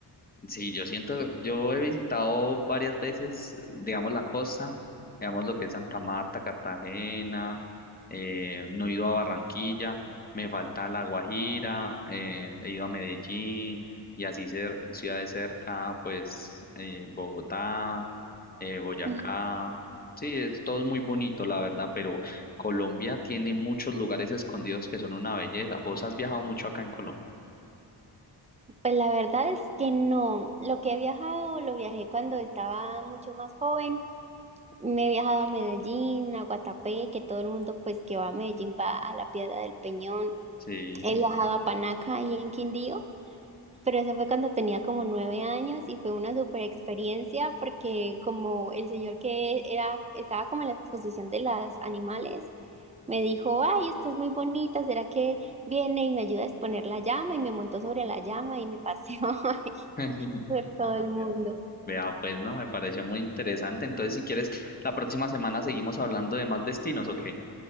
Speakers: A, on the left (about 20°); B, on the right (about 15°).
A: Sí, yo siento, yo he visitado varias veces, digamos, la costa, digamos lo que es Santa Marta, Cartagena, eh, no he ido a Barranquilla, me falta La Guajira, eh, he ido a Medellín y así cer- ciudades cerca, pues eh, Bogotá, eh, Boyacá.
B: <laughs>
A: Sí, es, todo es muy bonito, la verdad, pero Colombia tiene muchos lugares escondidos que son una belleza. ¿Vos has viajado mucho acá en Colombia?
B: Pues la verdad es que no. Lo que he viajado, lo viajé cuando estaba mucho más joven. Me he viajado a Medellín, a Guatapé, que todo el mundo pues que va a Medellín va a la Piedra del Peñón.
A: Sí.
B: He viajado a Panaca y en Quindío. Pero eso fue cuando tenía como nueve años y fue una super experiencia porque como el señor que era, estaba como en la exposición de los animales, me dijo, ay, usted es muy bonita, ¿será que viene y me ayuda a exponer la llama? Y me montó sobre la llama y me paseó <laughs> ay,
A: <laughs>
B: por todo
A: Ah,
B: el mundo.
A: vea, pues, vea, pues, no, me pareció muy interesante. Entonces, si quieres, la próxima semana seguimos hablando de más destinos, ¿ok?